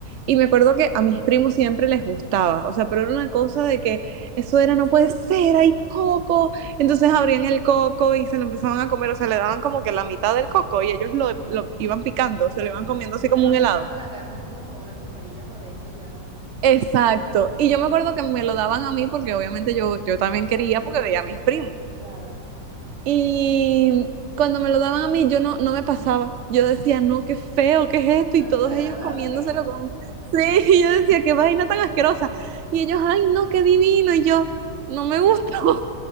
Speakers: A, on the right (about 60°); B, on the right (about 40°).
A: Y me acuerdo que a mis primos siempre les gustaba, o sea, pero era una cosa de que eso era, no puede ser, hay coco. Entonces abrían el coco y se lo empezaban a comer, o sea, le daban como que la mitad del coco y ellos
B: Ujú.
A: lo, lo iban picando, se lo
B: Exacto.
A: iban comiendo así
B: Tú le
A: como
B: vas
A: un helado.
B: sacando la carne así como con una cucharilla por dentro y ya.
A: Exacto. Y yo me acuerdo que me lo daban a mí porque obviamente yo, yo también quería porque veía a mis primos.
B: Claro.
A: Y cuando me lo daban a mí yo no, no me pasaba. Yo decía, no, qué feo, qué
B: Es
A: es esto.
B: Tan
A: Y
B: desagradable.
A: todos ellos comiéndoselo con... Sí, <laughs> y yo decía, qué vaina tan asquerosa. Y ellos, ay, no, qué divino. Y yo, no me gustó.